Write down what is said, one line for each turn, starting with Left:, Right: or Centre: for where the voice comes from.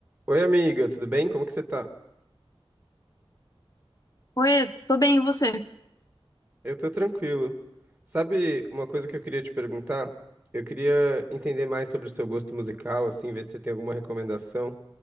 Right: Oi, amiga, tudo bem? Como que você tá?
Left: Oi, tô bem, e você?
Right: Eu tô tranquilo. Sabe uma coisa que eu queria te perguntar? Eu queria entender mais sobre o seu gosto musical, assim, ver se você tem alguma recomendação.